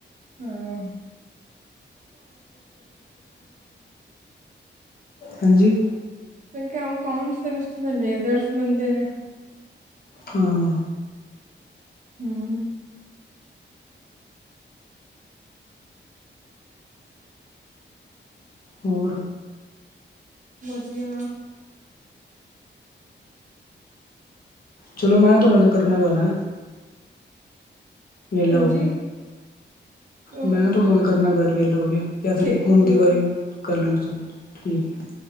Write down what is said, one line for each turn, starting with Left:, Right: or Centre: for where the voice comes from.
Right: ਹਾਂ। <unintelligible>
Left: ਹਾਂਜੀ?
Right: ਕਿਉਂਕਿ, ਅਕਾਊਂਟਸ ਦੇ ਵਿਚ ਤੇ ਫੇ ਲੇਜ਼ਰਸ ਬਣਦੇ ਨੇ
Left: ਹਾਂ
Right: ਹੁੰ
Left: ਹੋਰ
Right: ਵਧੀਆ,
Left: ਚਲੋ ਮੈਂ ਤੁਹਾਡੇ ਨਾਲ ਕਰਨਾ ਗੱਲ ਹੈ। ਵਿਹਲਾ
Right: ਹਾਂਜੀ
Left: ਹੋ ਕੇ
Right: ਓਕੇ
Left: ਮੈਂ ਤੁਹਾਡੇ ਨਾਲ ਕਰਨਾ ਗੱਲ ਵਹਿਲਾ ਹੋ ਕੇ, ਜਾਂ ਫਿਰ
Right: ਠੀਕ
Left: ਹੁਣ ਦੀ
Right: ਓਕੇ
Left: ਵਾਰੀ ਕਰ ਲੈਓ, ਤੁਸੀ ਠੀਕ ਹੈ।